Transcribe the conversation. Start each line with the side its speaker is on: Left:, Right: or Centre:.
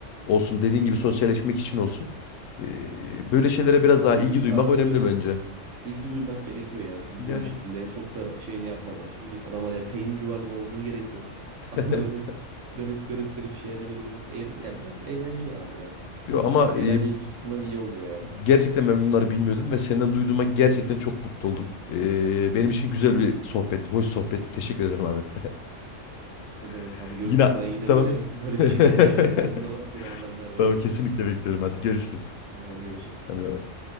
Left: olsun dediğin gibi sosyalleşmek için olsun. E, böyle şeylere
Right: Yani
Left: biraz daha
Right: abi
Left: ilgi duymak
Right: arada
Left: önemli
Right: böyle
Left: bence.
Right: İlgi duymak gerekiyor ya düzgün
Left: Yani.
Right: bir şekilde. Çok da şeyini yapmadan. Çünkü biliyorsun adamlar yani peynir yuvarlamamıza da gerek yok. <laughs> Ama
Left: <laughs>
Right: böyle garip garip garip şeylere böyle biraz eğlen ya biraz eğlence ya abi ya.
Left: Yo ama
Right: Eğlence
Left: e,
Right: açısından iyi oluyor yani.
Left: Gerçekten ben bunları bilmiyordum ve senden duyduğuma gerçekten çok mutlu oldum. Ee, benim için güzel bir sohbet, hoş sohbetti. Teşekkür ederim Ahmet.
Right: Ne demek
Left: <laughs>
Right: abi görüşürüz.
Left: Yine
Right: Ben yine
Left: tamam.
Right: böyle <laughs> garip
Left: <laughs>
Right: şey garip şeylerim olduğu zaman seni haberdar ederim.
Left: Tamam kesinlikle bekliyorum. Hadi görüşürüz.
Right: Tamam görüşürüz.
Left: Hadi bay bay.